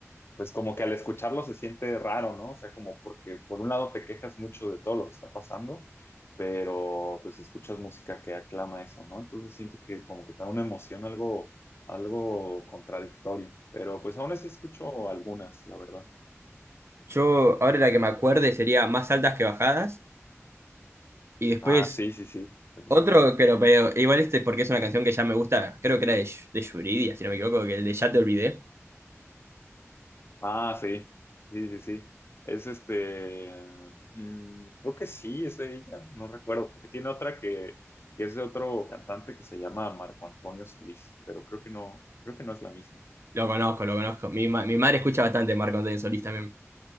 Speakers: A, on the left; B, on the right.
A: pues como que al escucharlo se siente raro, ¿no? O sea, como porque por un lado te quejas mucho de todo lo que está pasando, pero pues escuchas música que aclama eso, ¿no? Entonces siento que como que te da una emoción algo, algo contradictorio, pero pues aún así escucho algunas, la verdad.
B: yo, ahora la que me acuerde sería Más altas que bajadas. Y después,
A: Ah, sí, sí, sí, es bueno.
B: otro que lo veo, igual este es porque es una canción que ya me gusta, creo que era de, Yu- de Yuridia, si no me equivoco, que el de Ya te olvidé.
A: Ah, sí, sí, sí, sí. Es este, mm, creo que sí, es de ella, no recuerdo, porque tiene otra que, que es de otro cantante que se llama Marco Antonio Solís, pero creo que no, creo que no es la misma.
B: Lo conozco, lo conozco. Mi, ma- mi madre escucha bastante Marco Antonio Solís también.